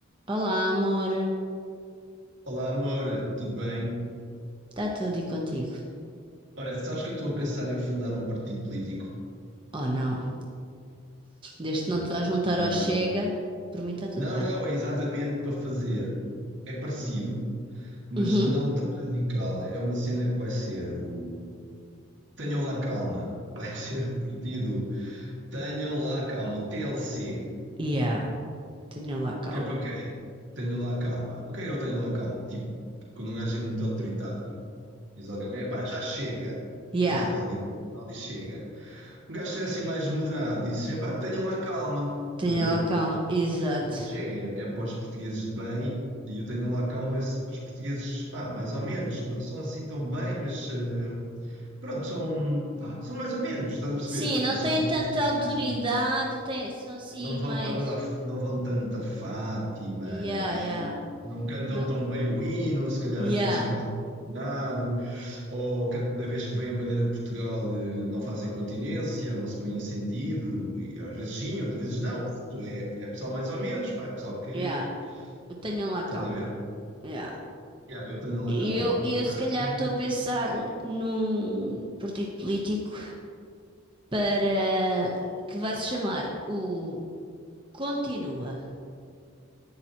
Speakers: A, on the right (about 25°); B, on the right (about 60°).
A: Olá, amor.
B: Olá, amor, tudo bem?
A: Está tudo e contigo?
B: Ora, sabes que eu estou a pensar em fundar um partido político?
A: Oh, não. Desde que
B: Yeah.
A: não te vais juntar
B: Não, nada.
A: ao Chega, por mim está tudo
B: não,
A: bem.
B: não, é exatamente para fazer. É parecido, mas
A: Uhum.
B: não tão radical. É uma cena que vai ser o. Tenham lá calma. <laughs> Vai ser o partido. Tenham lá calma. O TLC.
A: Yeah, tenha lá calma.
B: Que é para quem? Tenham lá calma. O que é que eu tenho lá calma? Tipo, quando um gajo é muito autoritário, diz alguém: epá, já chega.
A: Yeah,
B: Às vezes vê alguém e diz: chega. um gajo ser assim mais moderado, disse: epá, tenham lá calma,
A: tenha
B: estás a ver?
A: lá calma. Exato.
B: Depois chega, é é para os portugueses de bem, e eu tenho lá calma é para os portugueses, pá, mais ou menos, que não são assim tão bem, mas eh, pronto, são, são mais ou menos, estás a perceber?
A: Sim, não
B: Não são
A: têm
B: pessoas,
A: tanta
B: pá,
A: autoridade,
B: mesmo,
A: têm, são assim
B: não vão
A: mais...
B: tão a, não vão tanto a Fátima,
A: Yeah,
B: não é?
A: yeah.
B: Não cantam
A: No...
B: tão bem o hino, se calhar
A: Yeah,
B: às vezes cantam nada, ou cada vez que vem a bandeira de Portugal eh, não fazem continência, não se põem em sentido, e às vezes sim, outras vezes não. Portanto, é, é pessoal mais ou menos, pá, é pessoal que.
A: yeah. Tenham lá
B: Estás
A: calma.
B: a ver?
A: Yeah.
B: Yeah, eu tenho lá
A: E
B: calma.
A: Eu, eu
B: Eu
A: se
B: acho
A: calhar
B: que
A: estou a pensar num partido político para que vai se chamar o Continua,